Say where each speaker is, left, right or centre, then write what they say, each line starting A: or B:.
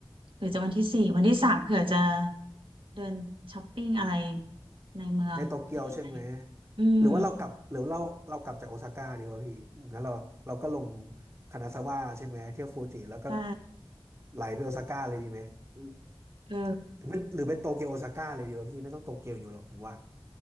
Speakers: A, on the right; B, on the right.
A: หรือจะวันที่สี่วันที่สามเผื่อจะ เดินช้อปปิ้งอะไรในเมืองหรือยังไง
B: ในโตเกียวใช่ไหม
A: อืม
B: หรือว่าเรากลับหรือเราเรากลับจากโอซาก้าดีวะพี่งั้นเราเราก็ลงคานาซาวะใช่ไหมเที่ยวฟูจิแล้วก็
A: ใช่
B: ไหลไปโอซาก้าเลยดีไหมหร
A: เออ
B: ือเป็นหรือเป็นโตเกียวโอซาก้าเลยดีวะพี่ไม่ต้องโตเกียวอยู่หรอกผมว่า